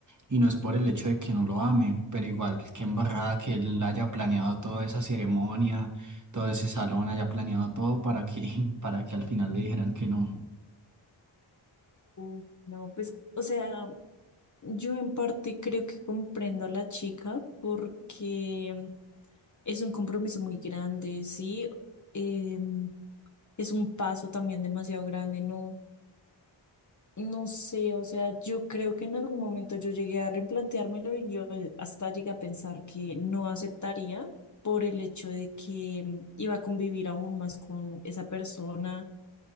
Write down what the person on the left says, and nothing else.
Mm. No, pues, o sea, yo en parte creo que comprendo a la chica porque es un compromiso muy grande, sí, Em, es un paso también demasiado grande, ¿no? No sé, o sea, yo creo que en algún momento yo llegué a replanteármelo y yo eh, hasta llegué a pensar que no aceptaría por el hecho de que mm, iba a convivir aún más con esa persona